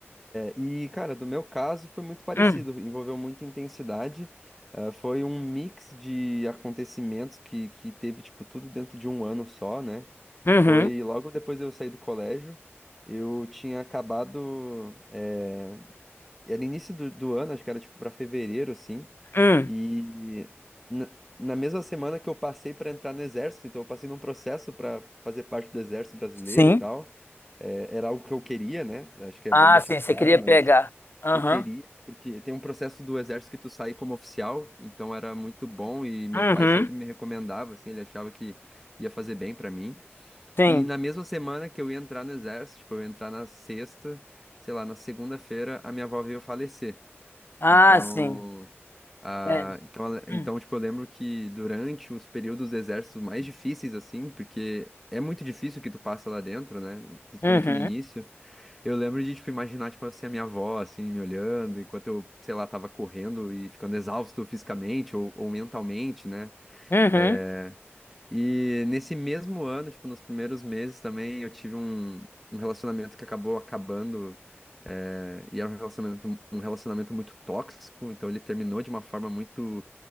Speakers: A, in the centre; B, on the left.
A: E, cara, do meu caso foi muito parecido,
B: Hum,
A: envolveu muita intensidade. ah, foi um mix de acontecimentos que, que teve, tipo, tudo dentro de um ano só, né?
B: uhum.
A: Foi logo depois de eu sair do colégio, eu tinha acabado. eh, Era início do, do ano, acho que era, tipo, pra fevereiro, assim.
B: Hum.
A: E na, na mesma semana que eu passei pra entrar no exército, então eu passei num processo pra fazer parte do exército brasileiro
B: Sim.
A: e tal. É, era algo que eu queria, né? Acho que é
B: Ah,
A: bom deixar
B: sim,
A: claro,
B: você queria
A: mas.
B: pegar. Aham.
A: Eu queria, porque tem um processo do exército que tu sai como oficial, então era muito bom e meu
B: Uhum.
A: pai sempre me recomendava, assim, ele achava que ia fazer bem pra mim.
B: Sim.
A: E na mesma semana que eu ia entrar no exército, tipo, eu ia entrar na sexta, sei lá, na segunda-feira, a minha avó veio falecer.
B: Ah,
A: Então,
B: sim.
A: a,
B: É.
A: então, ela- então,
B: Hum.
A: tipo, eu lembro que durante os períodos do exército mais difíceis, assim, porque é muito difícil o que tu passa lá dentro, né? Principalmente
B: Uhum.
A: no início. Eu lembro de, tipo, imaginar, tipo, assim, a minha avó, assim, me olhando, enquanto eu, sei lá, tava correndo e ficando exausto fisicamente ou, ou mentalmente, né?
B: Uhum.
A: É, E nesse mesmo ano, tipo, nos primeiros meses também, eu tive um, um relacionamento que acabou acabando, é, e era um relacionamento, um relacionamento muito tóxico, então ele terminou de uma forma muito